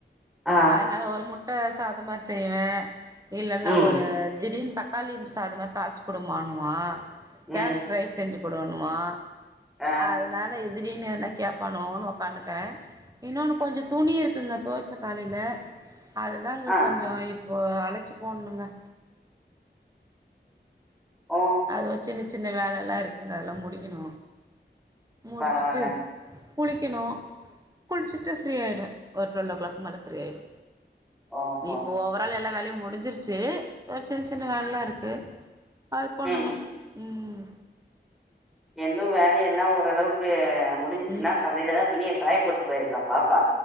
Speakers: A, in the centre; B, on the right.
A: ஆ
B: அதனால ஒரு முட்ட சாத மாரி செய்வே இல்லன்னா
A: ம்
B: ஒரு திடீனு த க்காளி சாத மாரி தக்காளிச்சி குடுமாணுவா
A: ம்
B: கேரட் ரைஸ் செஞ்சு கொடுணுவா
A: ஆ
B: அதனால எதிரின்னு என்னா கேப்பானோன்னு உட்கான்னுக்கறே இன்னொன்னு கொஞ்சோ துணி இருக்குங்க துவச்சே காலைல அதுதாங்க
A: ஆ
B: கொஞ்சோ இப்போ அழச்சு ஃபோன் பண்ணே
A: ஓ
B: அது சின்ன சின்ன வேலையெல்லா இருக்குங்க அதெல்லா முடிக்கணு முடிச்சுட்டு
A: பரவால்லங்க
B: குளிக்கணு குளிச்சிட்டு ஃப்ரீயாயிடுவே ஒரு டுவல் ஓ கிளாக் மேல ஃப்ரீயாயிடு
A: ஓஹோ
B: இப்போ ஓவரால் எல்லா வேலையு முடிஞ்சிருச் சு ஒரு சின்ன சின்ன வேலைல்லா இருக்கு அது பண்ணணு
A: ம்
B: ம்
A: ரொம்ப வேலயெல்லா ஓரளவுக்கு முடிஞ்சிச்சுன்னா
B: ம்
A: காலயில தா துணிய காய போட்டு போயிருக்காப்பா ப்பா